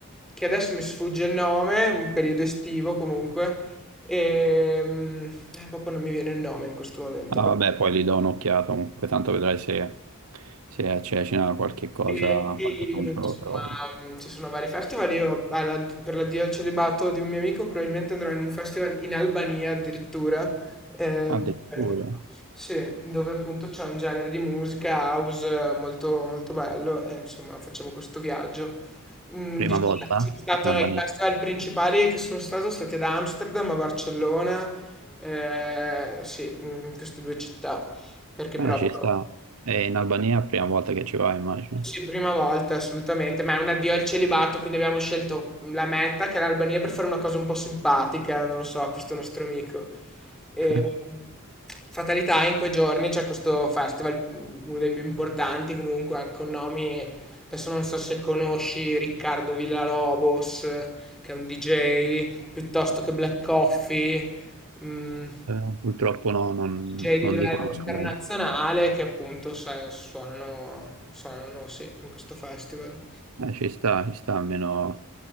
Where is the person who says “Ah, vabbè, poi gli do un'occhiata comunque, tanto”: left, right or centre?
Right